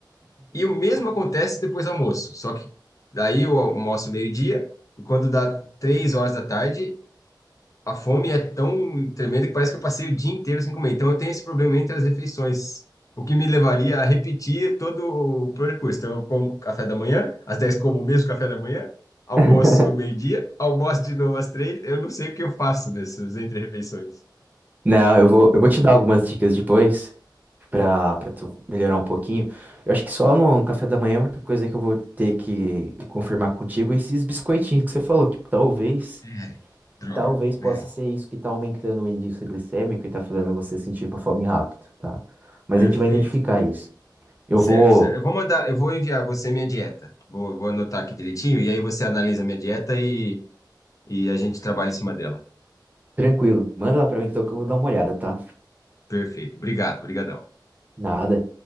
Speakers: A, on the left (about 45°); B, on the right (about 20°).
A: E o mesmo acontece depois do almoço, só que daí eu almoço meio-dia, e quando dá 3 horas da tarde, a fome é tão tremenda que parece que eu passei o dia inteiro sem comer. Então eu tenho esse problema entre as refeições, o que me levaria a repetir todo o percurso. Então eu como café da manhã, às 10 como o mesmo café da manhã, almoço
B: <laughs>
A: meio-dia, almoço de novo às 3. eu não sei o que eu faço nessas entre-refeições.
B: Não, eu vou, eu vou te dar algumas dicas depois pra, pra tu melhorar um pouquinho. Eu acho que só no, no café da manhã é a única coisa que eu vou ter que confirmar contigo é esses biscoitinhos que você falou, que talvez,
A: É, droga.
B: talvez possa
A: É,
B: ser isso que tá aumentando o índice glicêmico e tá fazendo você sentir uma fome rápido, tá? Mas
A: Perfeito,
B: a gente vai identificar
A: perfeito.
B: isso. Eu
A: Certo,
B: vou,
A: certo. Eu vou mandar, eu vou enviar você minha dieta. Vou, vou anotar aqui direitinho e aí você analisa minha dieta e, e a gente trabalha em cima dela.
B: tranquilo, manda lá pra mim então que eu vou dar uma olhada, tá?
A: Perfeito. Obrigado, obrigado.
B: Nada.